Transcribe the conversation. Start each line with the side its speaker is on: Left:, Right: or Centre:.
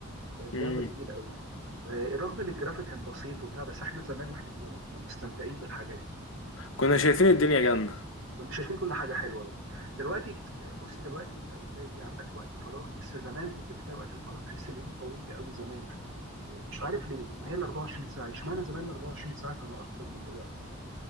Right: كانت
Left: مم.
Right: لعبه جميله قوي آه، رغم ان الجرافيك كان بسيط وبتاع بس احنا زمان واحنا صغيرين كنا مستمتعين بالحاجات دي
Left: كنا شايفين الدنيا جنة
Right: كنا شايفين كل حاجه حلوه أوي. دلوقتي بص دلوقتي انت بتلاقي ايه عندك وقت فراغ بس زمان كنت بتلاقي وقت الفراغ تحس اليوم طويل قوي زمان واحنا مش عارف ليه ما هي ال 24 ساعه اشمعنى زمان ال 24 ساعه كانوا اطول من دلوقتي